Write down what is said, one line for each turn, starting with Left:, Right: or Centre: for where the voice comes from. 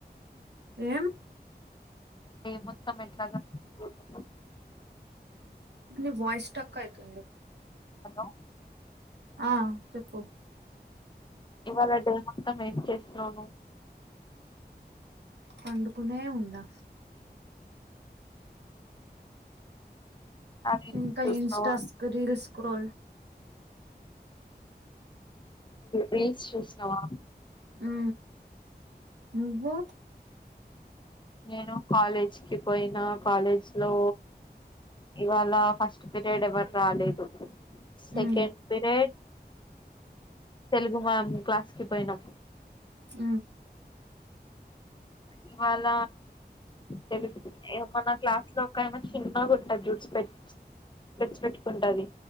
Right: ఏం
Left: యీ మొత్తం ఎట్లాగా <unintelligible>
Right: అ వాయిస్ స్ట్రక్ అవుతుంది
Left: అబ్బా
Right: ఆ చెప్పు
Left: ఇవాళ డే మొత్తం ఏం చేస్తున్నావు ను
Right: పండుకునే ఉన్నా
Left: రీల్స్
Right: ఇంకా
Left: చూసినావా
Right: ఇన్స్టాస్ రీల్ స్క్రోల్
Left: రీల్స్ చూసినవా
Right: ఉ నువ్వు
Left: నేను కాలేజ్కి పోయిన కాలేజ్ లో ఇవాళ ఫస్ట్ పీరియడ్ ఎవరు రాలేదు సెకండ్
Right: ఉమ్
Left: పీరియడ్ తెలుగు మ్యామ్ క్లాస్కి పోయినాం
Right: ఆ
Left: ఇవాళ తెలు ఏమనా క్లాస్ లో ఒకైనా చిన్నగాంటది చూడు స్పెట్స్ స్పెట్స్ పెట్టుకుంటాది